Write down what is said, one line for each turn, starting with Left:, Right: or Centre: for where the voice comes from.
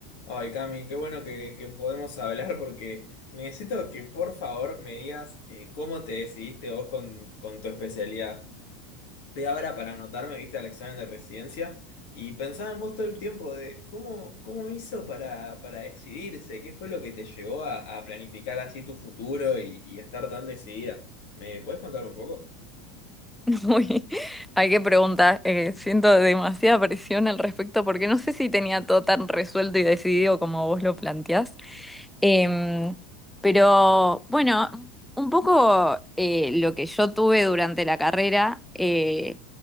Left: Ay, Cami, qué bueno que, que podemos hablar porque necesito que por favor me digas eh, cómo te decidiste vos con, con tu especialidad. Estoy ahora para anotarme, viste, al examen de residencia y pensaba en vos todo el tiempo de cómo, cómo hizo para, para decidirse, qué fue lo que te llevó a, a planificar así tu futuro y, y a estar tan decidida. ¿Me puedes contar un poco?
Centre: <laughs> Uy, hay que preguntar. eh, siento demasiada presión al respecto porque no sé si tenía todo tan resuelto y decidido como vos lo planteás. Em, pero bueno, un poco eh, lo que yo tuve durante la carrera eh,